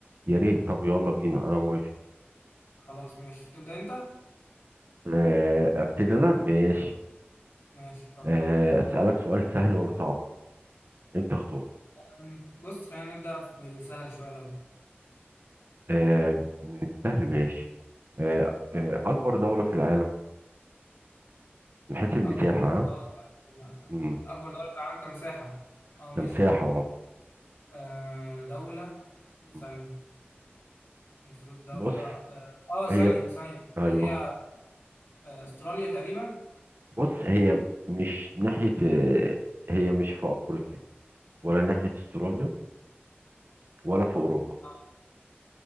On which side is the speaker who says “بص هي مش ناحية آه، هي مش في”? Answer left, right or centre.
Right